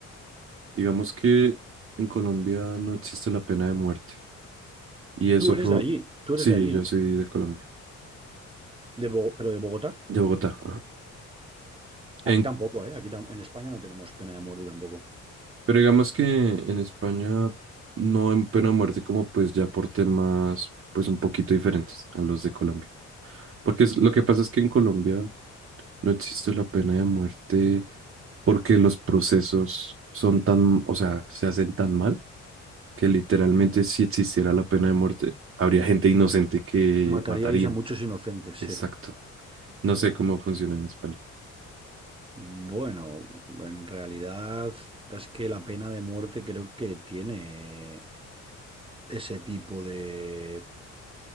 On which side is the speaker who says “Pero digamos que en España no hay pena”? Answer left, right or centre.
Right